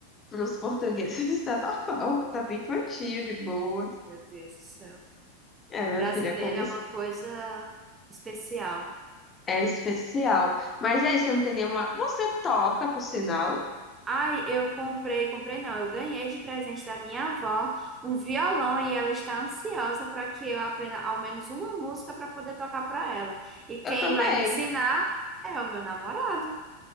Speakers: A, on the left; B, on the right.
A: Para os portugueses <laughs> está normal, tá bem curtinho, de boas.
B: Meu Deus do céu.
A: É, minha
B: Brasileiro
A: filha, como disse,
B: é uma coisa especial.
A: é especial. Mas aí, você não tem nenhuma... Você toca, por sinal?
B: Ai, eu comprei, comprei não, eu ganhei de presente da minha avó um violão e ela está ansiosa para que eu aprenda ao menos uma música para poder tocar para ela. E quem
A: Eu também.
B: vai me ensinar é o meu namorado.